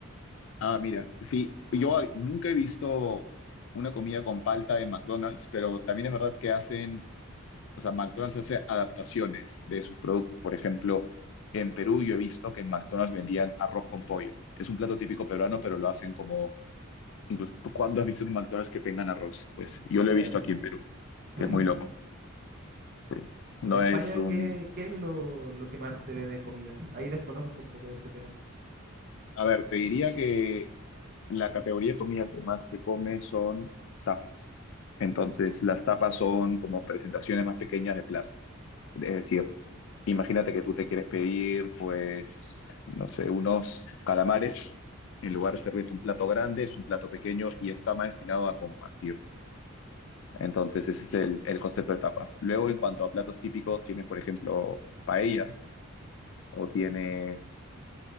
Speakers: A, on the left (about 60°); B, on the right (about 45°).
A: Ah, mira, sí, yo nunca he visto una comida con palta de McDonald's, pero también es verdad que hacen O sea, McDonald's hace adaptaciones de sus productos. Por ejemplo, en Perú yo he visto que en McDonald's vendían arroz con pollo. Es un plato típico peruano, pero lo hacen como, incluso, ¿cuándo has visto en un McDonald's que tengan arroz? Pues yo lo
B: Claro,
A: he visto
B: claro.
A: aquí en Perú, que
B: <laughs>
A: es muy loco. Sí. No
B: Y en España,
A: es un...
B: ¿qué, qué es lo, lo que más se ve de comida? Ahí desconozco un poco de ese tema.
A: A ver, te diría que la categoría de comida que más se come son tapas. Entonces, las tapas son como presentaciones más pequeñas de platos. Es decir, Imagínate que tú te quieres pedir, pues, no sé, unos calamares. En lugar de servirte un plato grande, es un plato pequeño y está más destinado a compartir. Entonces, ese es el, el concepto de tapas. Luego, en cuanto a platos típicos, tienes, por ejemplo, paella o tienes,